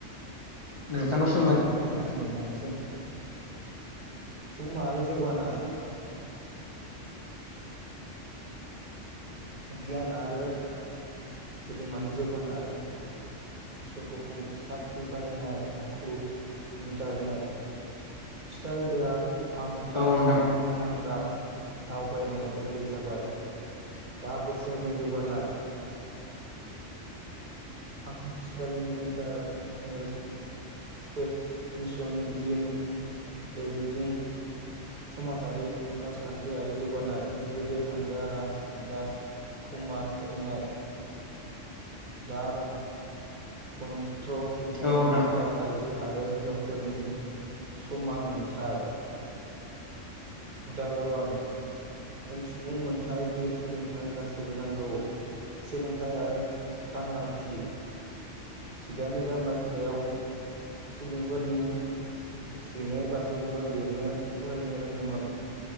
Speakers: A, on the left; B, on the right.
A: नोंथांनाव
B: जेब्ला
A: सोंगोन
B: आं फोरमायनोसै नोंथांनिसिम सुम माहारि जौगानाय बिगियान आरो गद मानि जौगानाय स गुफुं साख्रि बाहायनाय आखु इन्टारनेट फिथाइ देहा फाहामथायाइ
A: औ नोंथां
B: फोनांजाब। दावबायनाय गोरलै जाबाय दा बोसोरनि जौगानाय आरटिफिसियेलनि इन्टारनेलस सिपेस मिसन जिन एडिटिं समाजारि। राजखान्थियारि जौगानाय गोदो हानजा राज दास कमास। <unintelligible> दागन कन्थ्र सुबुं
A: औ नोंथां
B: मोनथाइ आइजो आरो हिन्जावफोरनि समान मोन्थाय। उदाहरन सुबुं मोनथाइ बिल सोलोंथाइ गासैबो नांगौ। सोलोंथाइ आरो सांग्रांथि। जिदाइन रोजा मायथाव सुबुंफोरनि जिनै फारसेल' लिरनो फरायनो रोङोमोन।